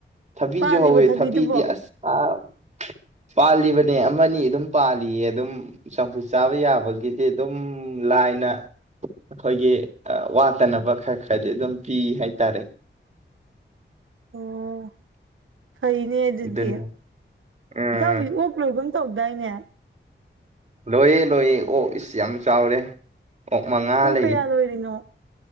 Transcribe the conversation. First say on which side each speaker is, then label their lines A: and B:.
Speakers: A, on the right; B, on the right.
A: ꯊꯕꯤꯁꯨ
B: ꯄꯥꯜꯂꯤꯕ
A: ꯍꯧꯋꯦ
B: ꯊꯕꯤꯗꯨꯕꯣ
A: ꯊꯕꯤꯗꯤ ꯑꯁ ꯑꯥ ꯄꯥꯜꯂꯤꯕꯅꯦ ꯑꯃꯅꯤ ꯗꯨꯝ ꯄꯥꯜꯂꯤꯌꯦ ꯑꯗꯨꯝ ꯆꯝꯐꯨꯠ ꯆꯥꯕ ꯌꯥꯕꯒꯤꯗꯤ ꯑꯗꯨꯝ ꯂꯥꯏꯅ ꯑꯈꯣꯏꯒꯤ ꯋꯥꯠꯇꯅꯕ ꯈꯥꯔ ꯈꯥꯔꯗꯤ ꯑꯗꯨꯝ ꯄꯤ ꯍꯥꯏꯇꯥꯔꯦ
B: ꯑꯣ ꯐꯩꯅꯦ ꯑꯗꯨꯗꯤ
A: ꯑꯗꯨꯅꯤ ꯎꯝ
B: ꯏꯇꯥꯎꯒꯤ ꯑꯣꯛ ꯂꯣꯏꯒꯨꯝ ꯇꯧꯗꯥꯏꯅꯦ
A: ꯂꯣꯏꯌꯦ ꯂꯣꯏꯌꯦ ꯑꯣꯛ ꯏꯁ ꯌꯥꯝ ꯆꯥꯎꯔꯦ ꯑꯣ ꯃꯉꯥ
B: ꯑꯣꯛ
A: ꯂꯩ
B: ꯀꯌꯥ ꯂꯣꯏꯔꯤꯅꯣ